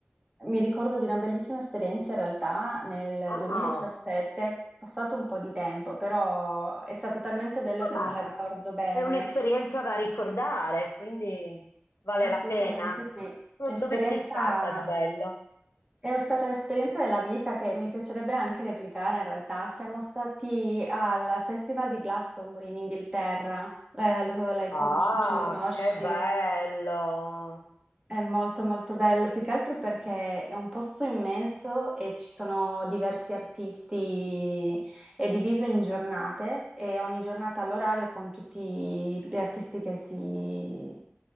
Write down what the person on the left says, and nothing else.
Ah,
vabbè,
È un'esperienza da ricordare, quindi vale
la pena.
Dove
sei stata di bello?
Ah,
che bello!